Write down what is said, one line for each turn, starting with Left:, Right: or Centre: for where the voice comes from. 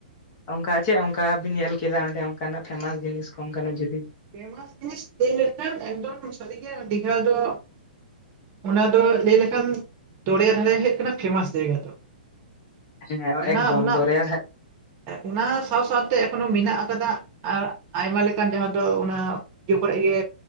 Left: ᱚᱱᱠᱟ ᱪᱮᱜ ᱚᱱᱠᱟ ᱵᱤᱱ ᱧᱮᱞ ᱠᱮᱫᱟ ᱚᱸᱰᱮ ᱚᱱᱠᱟᱱᱟᱜ ᱯᱷᱮᱢᱟᱥ ᱡᱤᱱᱤᱥ ᱠᱚ ᱚᱱᱠᱟᱱᱟᱜ ᱡᱩᱫᱤ?
Right: ᱯᱮᱢᱟᱥ ᱡᱤᱱᱤᱥ ᱞᱟᱹᱭ ᱞᱮᱠᱷᱟᱱ ᱮᱠᱫᱚᱢ ᱥᱟᱹᱨᱤ ᱜᱮ ᱫᱤᱜᱷᱟ ᱫᱚᱼᱼ ᱚᱱᱟ ᱫᱚ ᱞᱟᱹᱭ ᱞᱮᱠᱷᱟᱱ ᱫᱚᱨᱭᱟ ᱫᱷᱟᱨᱮ ᱦᱮᱜ ᱠᱟᱱᱟ ᱯᱷᱮᱢᱟᱥ ᱡᱟᱭᱜᱟ ᱫᱚ᱾
Left: ᱦᱮᱸ
Right: ᱚᱱᱟ
Left: ᱮᱠᱫᱚᱢ
Right: ᱚᱱᱟ
Left: ᱫᱚᱨᱭᱟ ᱫᱷᱟᱨᱮ
Right: ᱾ ᱮᱜ ᱚᱱᱟ ᱥᱟᱶ ᱥᱟᱶᱛᱮ ᱮᱠᱷᱚᱱᱚ ᱢᱮᱱᱟᱜ ᱟᱠᱟᱫᱟ ᱟᱨ ᱟᱭᱢᱟ ᱞᱮᱠᱟᱱ ᱡᱟᱦᱟᱸᱼᱼ ᱫᱚ ᱚᱱᱟ ᱤᱭᱟᱹ ᱠᱚᱨᱮᱜ ᱜᱮ